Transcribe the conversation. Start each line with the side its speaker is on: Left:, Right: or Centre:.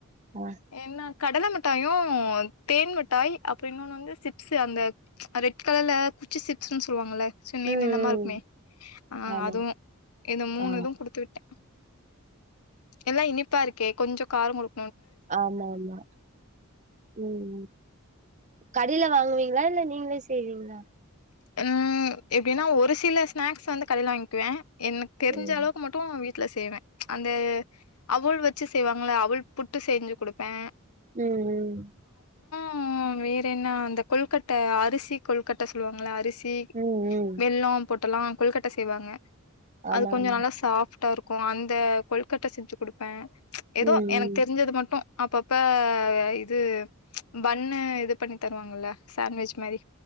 Right: ஆ
Left: என்னா கடலை மிட்டாயு தேன் மிட்டாய் அப்புற இன்னொன்னு வந்து சிப்ஸு அந்த ப்ச் ரெட் ட் கலல்ல குச்சி சிப்ஸ்ன் சொல்லுவாங்கல்ல சு நீல
Right: ம்
Left: நிலமா இருக்மே
Right: ம்
Left: ஆ
Right: ஆமா
Left: அதுவு இத மூணு
Right: ஆ
Left: இது குடுத்து விட்டே எல்லா இனிப்பா இருக்கே கொஞ்சோ காரங்குடு
Right: ஆமா ஆமா ம் கடைல வாங்வீங்ளா இல்ல நீங்ளே செய்வீங்ளா
Left: ம் எப்டின்னா ஒரு சில ஸ்நாக்ஸ் வந்து கடைல வாங்க்வே. எனக் தெரிஞ்ச
Right: ம்
Left: அளவுக்கு மட்டு வீட் ட்ல செய்வே அந்த அவுல் வெச்சு செய்வாங்கள அவுள் புட்டு செஞ்சு குடுப்பே
Right: ம் ம்
Left: ம் வேற என்ன அந்த கொல்கட்ட அரிசி கொல்கட்ட சொல்லுவாங்கள்ல அ ரிசி
Right: ம் ம்
Left: வெல்லோ போட் ட்டல்லா கொல்கட்ட செய்வாங்க
Right: ஆமா
Left: அது கொஞ்சோ
Right: ஆமா
Left: நல்லா சாஃப் ட்டாருக்கு அந்த கொல்கட்ட செஞ்சு குடுப்பே எதோ
Right: ம்
Left: எனக்
Right: ம்
Left: தெரிஞ்சது மட்டு அப்பப்ப இது ப்ச் பண்ணு இது பண்ணி தருவாங்கல்ல சேண்ட்விச் மாரி